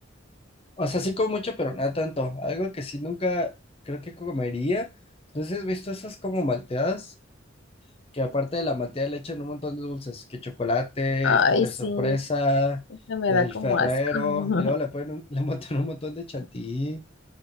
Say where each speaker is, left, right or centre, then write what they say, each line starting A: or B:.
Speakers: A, on the left; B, on the left.
A: O sea, sí como mucho, pero nada tanto. Algo que sí nunca creo que comería. Entonces, ¿has visto esas como malteadas? Que aparte de la malteada le echan un montón de dulces, que chocolate,
B: Ay,
A: el Kinder
B: sí,
A: Sorpresa,
B: eso me
A: el
B: da como
A: Ferrero,
B: asco. <laughs>
A: y luego le ponen un, <laughs> le botan un montón de chantilly.